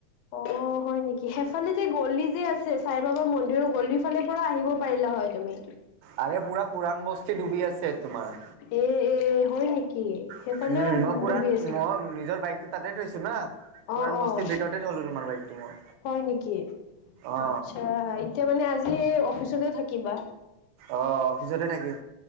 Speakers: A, on the left; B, on the right.
A: অ হয় নেকি সেইফালে যে গলি যে আছে চাই বাবাৰ মন্দিৰ গলি ফালে পৰা আহিব পাৰিলা হয় তুমি
B: আৰে পুৰা কোৰাণ বস্তি ডুবি আছে তোমাৰ
A: এ এ হয় নেকি সেইফালেও
B: উম, মই কোৰাণ
A: ডুবি আছে
B: মই নিজৰ বাইকতো তাতে থৈছো না কোৰাণ
A: অ', অ',
B: বস্তি ভিতৰতে থলোঁ তোমাৰ বাইকটো মই
A: হয় নেকি
B: অ
A: আচ্ছা এতিয়া মানে আজি অফিচতে থাকিবা
B: অ অফিচতে থাকিম